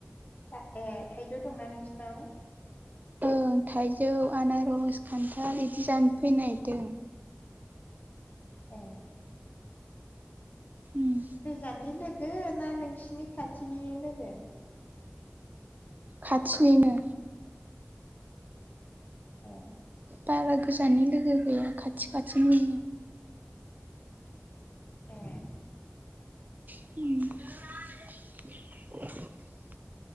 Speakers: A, on the left; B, on the right.
A: आ ए थाइजौ दंना नोंसिनाव
B: ओं थाइजौ आनारस खान्थाल इदि जान फैनायदों।
A: ए
B: उम
A: गोजाननि लोगो ना नोंसिनि खाथिनिनो लोगो?
B: खाथिनिनो
A: ए
B: बारा गोजाननि लोगो गैया खाथि खाथिनिनो
A: ए
B: उम